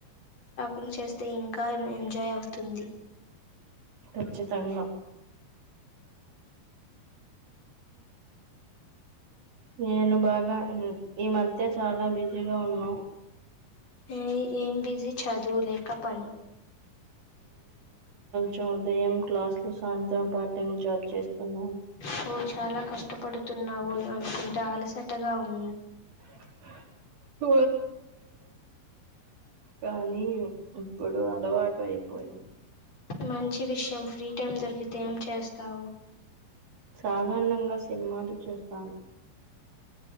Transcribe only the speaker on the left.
ఇంగ్ చేస్తే ఇంకా ఎంజాయ్ అవుతుంది.
హే ఏం బిజీ చదువులేక పని
హొ చాలా కష్టపడుతున్నావు అనుకుంట అలసటగా ఉం
మంచి విషయం ఫ్రీ టైం దొరికితే ఏం చేస్తావు.